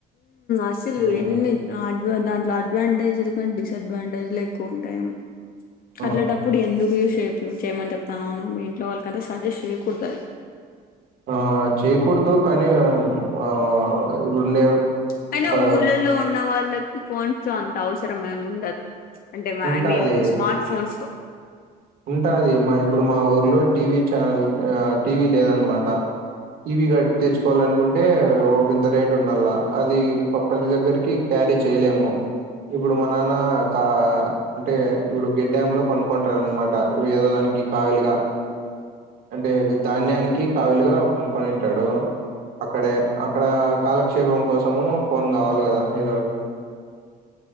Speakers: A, on the left; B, on the right.
A: అసలు
B: ఉమ్,
A: ఎన్ని అడ్వా దాంట్లో అడ్వాంటేజ్కండి డిస్డ్వాంటేజ్ ఎక్కువ ఉంటాయి
B: ఆ
A: అట్లాప్పుడు ఎందుకు <unintelligible> చేయమని చెప్తాను అవును మీ ఇంట్లో వాళ్ళకంత సజెస్ట్ చేయ్యకూడదది
B: ఆ చేయకూడదు కానీ ఆ ఇప్పుడుండే
A: కాని
B: ఆ
A: ఊర్లలో ఉన్న వాళ్ళకి ఫోన్స్ అంత అవసరం ఉండదు అంటే
B: ఉంటాది
A: ఐ మీన్ స్మార్ట్ ఫోన్స్
B: ఉంటాది మా ఇప్పుడు మా ఊర్లో టీవీ ఛానల్ టీవీ లేదనమాట ఇవి కట్ తెచ్చుకోవాల అనుకుంటే ఓ వింత రేట్ ఉండాల అది <unintelligible> క్యారీ చేయలేము ఇప్పుడు మా నాన్న కా అంటే ఇప్పుడు గెడ్డమ్ లో పనుకొంటారు అనమాట ఏదో దానికి కావిలిగ అంటే ధాన్యానికి కావిలిగా పనుకొనింటాడు అక్కడే అక్కడ కాలక్షేపం కోసము ఫోన్ కావాలి కదా ఏదో ఒ